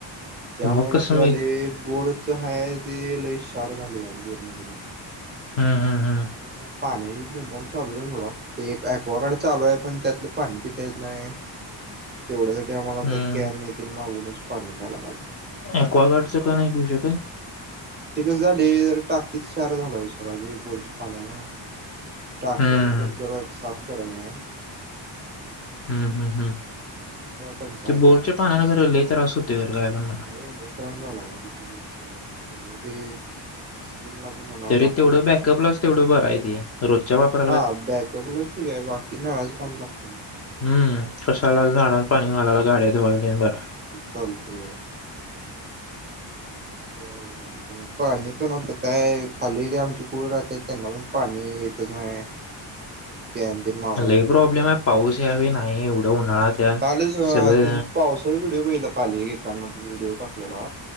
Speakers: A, on the right; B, on the left.
A: त्यामुळे
B: मग
A: कसं झालंय
B: मी
A: बोरच हाय ते लई क्षार झालंय बोरमध्ये पण
B: हम्म हम्म
A: <unintelligible>
B: हम्म
A: पाण्याची बोंबाबोंब चालूच आहे सोडा ते एक एक्वागार्ड चालू आहे पण त्यातलं पाणी पिता येत नाही तेवढ्यासाठी आम्हांला आता
B: हम्म
A: कॅन हे तेन मागवूनच पाणी प्यायला लागलंय
B: एक्वागार्डचं का नाही पिऊ शकत
A: ते कस झालंय जरा टाकीत क्षार झालंय ओ सगळा बोर च्या पाण्यामुळं टाक्या
B: हम्म
A: <inaudible> साफ करायची हाय
B: हम्म हम्म हम्
A: टंचाई
B: ते
A: आहेच.
B: बोरच्या पाण्यानं जरा लय त्रास होतय जर काय पण म्हणा
A: लई लई त्रास झाला बोर च्या पाण्याने सगळं ते किनला
B: तरी
A: <inaudible> बाकी
B: तेवढं
A: इकडं
B: बॅकअपलाच तेवढं बर आहे ते रोजच्या वापर
A: हा बॅकअपला ठीक आहे बाकी नळाच पाणी लागतंय की
B: हम्म कशाला झाडला पाणी घालायला गाड्या धुवायला तेन बरंय
A: कोणती सगळ अवघड झालं आणि पाणी पण होत काय खाली तेे आमचे कुळ राहत्यात त्यांना पण पाणी येतंच नाही क्यांदल मा
B: लई प्रॉब्लेम आहे पाऊस ह्यावेळी नाही एवढं उन्हाळ्यात या
A: चालूचं व्ह
B: सगळे
A: तील पावसाचा व्हिडिओ बघितला काल एकानं व्हिडिओ टाकलेला,